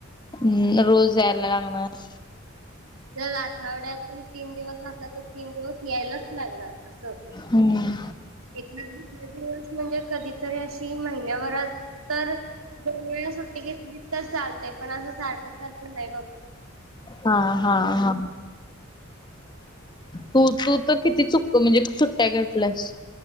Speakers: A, on the left; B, on the right.
A: हम् रोज यांयला लागनार
B: दरर आठवड्यातून तीनं दिवस असला तर तीनं दिवस यायलाच लागणारं असं
A: हम्म
B: एका दुसर्यां दिवस म्हणजे कधीतरी अशी महिन्याभरात तर दोन वेळस सुट्टी घेतलीं तर चालते ते पणं असं सारखं सारखं नाहीं बाप
A: हा हा हा तू तू तर किती चुक म्हणजे किती सुट्ट्या घेटल्यास